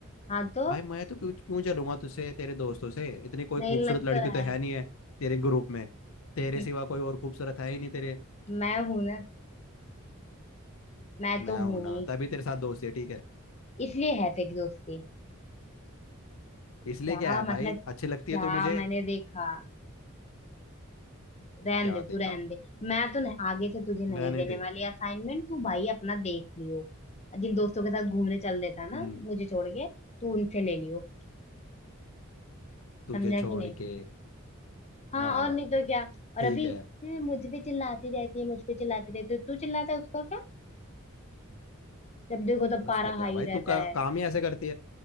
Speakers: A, on the left; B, on the left.
A: हाँ तो
B: भाई मैं तो क्यों क्यों चलूंगा तुझसे तेरे दोस्तों से इतनी कोई
A: नहीं
B: खूबसूरत
A: लग
B: लड़की
A: तो रहा
B: तो
A: है
B: है
A: <laughs>
B: नहीं है तेरे ग्रुप में तेरे
A: हम्म,
B: सिवा कोई और खूबसूरत है ही नहीं तेरे
A: मैं हूं ना मैं तो
B: मैं
A: हूं
B: हूं ना
A: ही
B: तभी तेरे साथ दोस्ती है ठीक है
A: इसलिए है तेरी दोस्ती
B: इसलिए
A: क्या
B: क्या है
A: मतलब
B: भाई अच्छी लगती
A: क्या
B: है तो मुझे
A: मैंने देखा रहन
B: क्या
A: दे
B: देखा
A: तू रहन दे मैं तो नहीं, आगे से तुझे नहीं
B: रहने
A: देने
B: दे
A: वाली असाइनमेंट तू भाई अपना देख लियो जिन दोस्तों के साथ घूमने चल देता
B: हम्म
A: ना मुझे छोड़ के तू उनसे ले लियो
B: तुझे
A: समझा
B: छोड़
A: कि नहीं
B: के
A: हाँ
B: हाँ
A: और नहीं तो क्या और
B: ठीक
A: अभी
B: है
A: "हैं, मुझ पे चिल्लाती रहती है मुझ पे चिल्लाती रहती है तो तू चिल्लाता है उसका क्या जब देखो तो
B: उसका
A: पारा
B: क्या
A: हाई
B: भाई तू
A: रहता
B: का,
A: है
B: काम ही ऐसे करती है